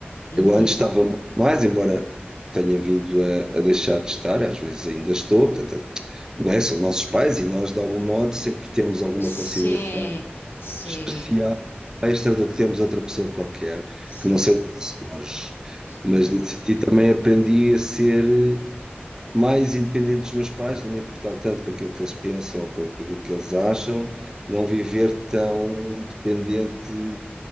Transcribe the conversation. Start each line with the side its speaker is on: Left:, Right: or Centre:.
Left: uhum.
Right: Eu antes estava muito mais, embora tenha vindo a, a deixar de estar, às vezes ainda estou, portanto, não é? São nossos pais e nós, de algum modo, sempre temos alguma
Left: Sim,
Right: consideração
Left: sim,
Right: especial, extra do que temos outra pessoa qualquer,
Left: sim,
Right: que não seja o nosso cônjuge.
Left: sim.
Right: Mas nesse sentido também aprendi a ser mais independente dos meus pais, não me importar tanto com aquilo que eles pensam ou com aquilo que eles acham, não viver tão dependente